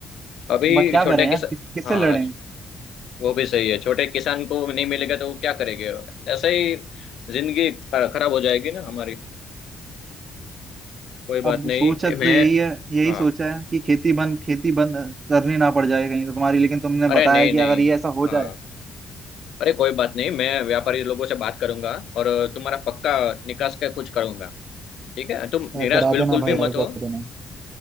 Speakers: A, on the left; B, on the right.
A: अभी
B: बट क्या
A: छोटे
B: करें
A: किसान
B: यार किस किससे
A: हाँ
B: लड़ें
A: वो भी सही है छोटे किसान को नहीं मिलेगा तो वो क्या करेंगे ऐसे ही जिंदगी ख- खराब हो जाएगी ना हमारी कोई बात
B: अब
A: नहीं
B: सोचा तो
A: मैं
B: यही है यही
A: हाँ
B: सोचा है कि खेती बंद खेती बंद करनी ना पड़ जाए कहीं तो तुम्हारी लेकिन तुमने
A: अरे
B: बताया
A: नहीं
B: कि
A: नहीं
B: अगर ये ऐसा हो
A: हाँ
B: जाए
A: अरे कोई बात नहीं मैं व्यापारी लोगों से बात करूंगा और तुम्हारा पक्का निकास का कुछ करूंगा ठीक है तुम
B: यार
A: निराश
B: करा
A: बिल्कुल
B: देना
A: भी
B: भाई यार
A: मत हो
B: कर देना